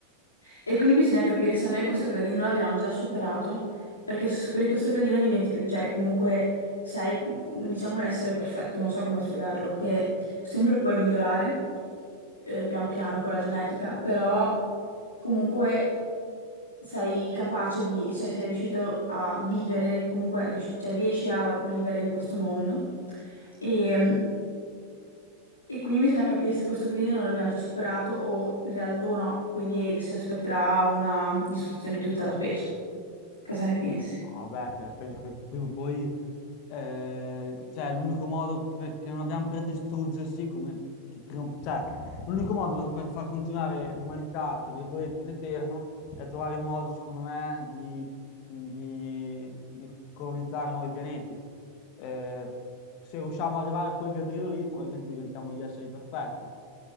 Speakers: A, on the left; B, on the left.
A: E quindi bisogna capire se noi questo gradino l'abbiamo già superato, perché se superi questo gradino diventi, cioè comunque sei, diciamo, l'essere perfetto, non so come spiegarlo, che sempre puoi migliorare eh, pian piano con la genetica, però comunque sei capace di, cioè sei riuscito a vivere, comunque rius- cioè, riesci a vivere in questo mondo. E, e quindi bisogna capire se questo grido non l'abbiamo già superato o, in real- o no, quindi si aspetterà una distruzione di tutta la specie. Cosa ne pensi?
B: No, Vabbè, penso che prima o poi, eh, cioè, l'unico modo per- che non abbiamo per distruggersi, come, che prima- cioè, l'unico modo per, per far continuare l'umanità, tra virgolette, in eterno, è trovare il modo, secondo me, di, di- di colonizzare nuovi pianeti. Eh, se riusciamo ad arrivare a quel giardino lì, probabilmente diventiamo gli esseri perfetti.